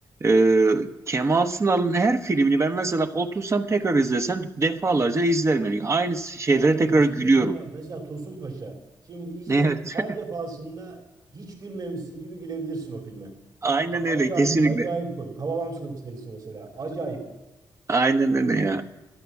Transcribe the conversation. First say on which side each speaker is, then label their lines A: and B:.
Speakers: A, on the right; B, on the right.
A: e, Kemal Sunal'ın her filmini ben mesela otursam tekrar izlesem defalarca izlerim. Yani aynı şeylere
B: Abi
A: tekrar
B: mes-
A: gülüyorum.
B: mesela mesela
A: <laughs>
B: Tosun Paşa. Şimdi izle
A: Evet.
B: her defasında hiç gülmemişsin gibi gülebilirsin o filme.
A: Aynen
B: Acayip,
A: öyle kesinlikle.
B: acayip komik. Hababam Sınıfı serisi mesela. Acayip.
A: Aynen öyle ya.